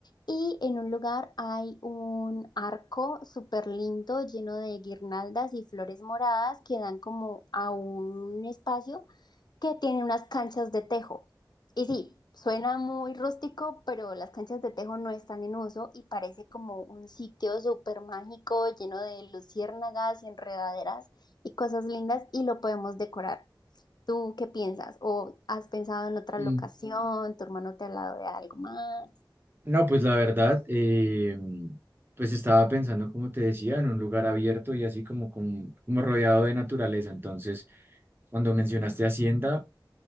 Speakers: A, on the left; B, on the right.
A: Y en un lugar hay un arco súper lindo, lleno de guirnaldas y flores moradas que dan como a un espacio que tiene unas canchas de tejo. Y sí, suena muy rústico, pero las canchas de tejo no están en uso y parece como un sitio súper mágico lleno de luciérnagas y enredaderas y cosas lindas y lo podemos decorar. ¿Tú qué piensas? ¿O has pensado en otra
B: Mm,
A: locación? ¿Tu hermano te ha hablado de algo más?
B: No, pues la verdad, eh, pues estaba pensando, como te decía, en un lugar abierto y así como, como, como rodeado de naturaleza. Entonces, cuando mencionaste Hacienda,